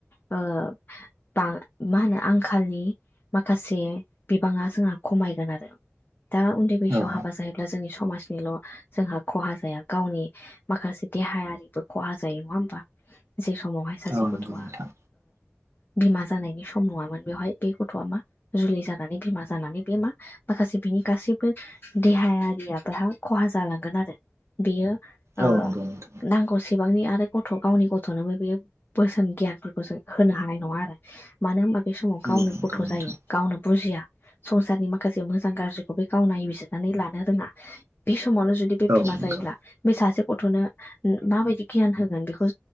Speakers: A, on the left; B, on the right.
A: ब मा होनो आंखालनि माखासे बिबाङा जोंहा खमायगोन आरो दा उन्दै बैसोआव
B: औ
A: हाबा जाहैबाय अब्ला जोंनि समाजनिल' जोंहा खहा जाया गावनि माखासे देहायारिबो खहा जायो नङा होमबा जे समावहाय सासे
B: औ नंगौ
A: गथ'आ
B: नोंथां
A: बिमा जानायनि सम नङामोन बेवहाय बे गथ'आ मा जुलि जागोन बिमा जानानै बे मा माखासे बिनि गासैबो देहायारिया बेहा खहा जालांगोन आरो बेयो ओ
B: औ नंगौ नोंथां
A: नांगौसे बिसेबांनि आरो गथ गावनि गथनोबो बे बोसोन गियानफोरखौ जों होनो हानाय नंङा आरो मानो होनबा बे समाव
B: औ
A: गावनो
B: नंगौ
A: गथ'
B: नोंथां
A: जायो गावनो बुजिया संसारनि माखासे मोजां गाज्रिखौ बे गाव नायबिजिरनानै लानो रोङा बे समावनो जुदि बे
B: औ
A: बिमा
B: नंगौ
A: जायोब्ला बे सासे गथ'नो माबायदि गियान होगोन बेखौ